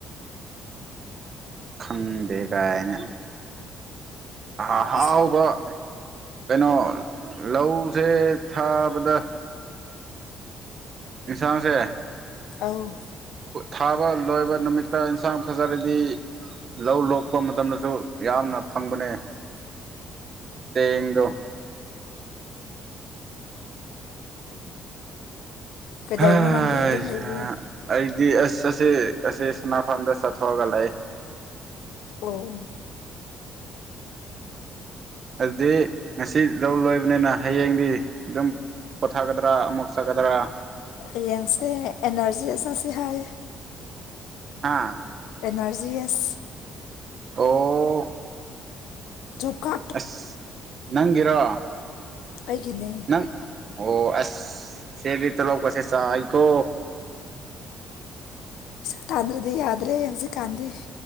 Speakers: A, on the right; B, on the left.
A: ꯈꯪꯗꯦ ꯀꯥꯏꯅ ꯑꯍꯥꯎꯕ
B: ꯑꯁ
A: ꯀꯩꯅꯣ ꯂꯧꯁꯦ ꯊꯥꯕꯗ ꯏꯟꯁꯥꯡꯁꯦ
B: ꯑꯧ
A: ꯊꯥꯕ ꯂꯣꯏꯕ ꯅꯨꯃꯤꯠꯇ ꯏꯟꯁꯥꯡ ꯐꯖꯔꯗꯤ ꯂꯧ ꯂꯣꯛꯄ ꯃꯇꯝꯗꯁꯨ ꯌꯥꯝꯅ ꯐꯪꯕꯅꯦ ꯇꯗ
B: ꯀꯩꯗꯧꯔꯤꯅꯣ
A: ꯍꯣꯏ
B: ꯅꯪꯗꯤ ꯑꯗꯨꯝ ꯂꯩꯕ꯭ꯔꯣ
A: ꯑꯩꯗꯤ ꯑꯁ ꯑꯁꯦ ꯑꯁꯦ ꯁꯅꯥꯐꯝꯝꯗ ꯆꯠꯊꯣꯛꯑꯒ ꯂꯩꯦ
B: ꯑꯣ
A: ꯑꯗꯨꯗꯤ ꯉꯁꯤ ꯂꯧ ꯂꯣꯏꯕꯅꯤꯅ ꯍꯌꯦꯡꯗꯤ ꯑꯗꯨꯝ ꯄꯣꯊꯥꯒꯗ꯭ꯔꯥ ꯑꯃꯨꯛ ꯆꯠꯒꯗ꯭ꯔꯥ
B: ꯍꯌꯦꯡꯁꯦ ꯑꯦꯅꯔꯖꯤ ꯑꯆꯥꯠꯁꯤ ꯍꯥꯏꯌꯦ
A: ꯍꯥꯥ
B: ꯑꯦꯅꯥꯔꯖꯤ ꯑꯦꯁ
A: ꯑꯣ
B: ꯖ‌ꯣ ꯀꯥ
A: ꯑꯁ ꯅꯪꯒꯤꯔꯣ
B: ꯑꯩꯒꯤꯅꯦ
A: ꯅꯪ ꯑꯣ ꯑꯁ ꯆ‌ꯦꯗꯤꯇ ꯇ‌ꯣꯂ‌‌ꯣꯞ ꯀꯁꯦ ꯆꯥꯋꯤꯀꯣ
B: ꯄꯩꯁꯥ ꯇꯥꯟꯗ꯭ꯔꯗꯤ ꯌꯥꯗ꯭ꯔꯦ ꯍꯧꯖꯤꯛꯀꯥꯟꯗꯤ